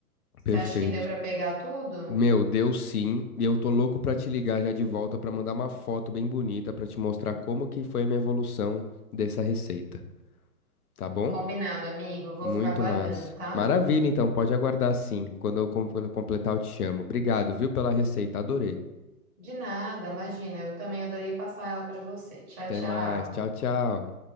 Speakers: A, on the right; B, on the left.
A: Você
B: perfeito.
A: acha que deu pra pegar tudo?
B: Meu, deu sim, e eu tô louco pra te ligar já de volta pra mandar uma foto bem bonita pra te mostrar como que foi a minha evolução dessa receita, tá bom?
A: Combinado, amigo. Eu Vou
B: Muito
A: ficar aguardando,
B: massa.
A: tá?
B: Maravilha, então, pode aguardar sim. Quando eu com- completar, eu te chamo. Obrigado, viu, pela receita, adorei.
A: De nada, imagina. Eu também adorei passar ela pra você. Tchau,
B: Até
A: tchau.
B: mais, tchau, tchau.